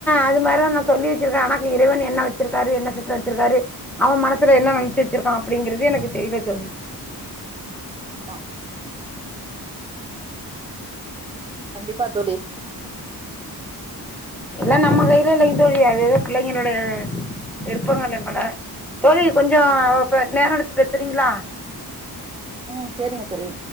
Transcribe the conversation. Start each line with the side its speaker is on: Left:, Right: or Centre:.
Centre: அது மார்தா நா சொல்லி வெச்சிருக்க ஆனா க்கு இறைவன் என்ன வெச்சிருக்காரு என்ன சித்தொ வெச்சிருக்காரு அவ மனசுல என்ன நென்ச்சு வெச்சிருகான் அப்டிங்கிறது எனக்கு தெரில தோழி
Right: ஆமா கண்டிப்பா தோழி
Centre: எல்லா நம்ம கைல இல்லைங்க தோழி அது அது பிள்ளைங்களுடைய விருப்பங்கள மேல தோழி கொஞ்சோ ஒ ப நேரோ எடுத்து பேசுறீங்ளா
Right: ம் சேரிங்க தோழி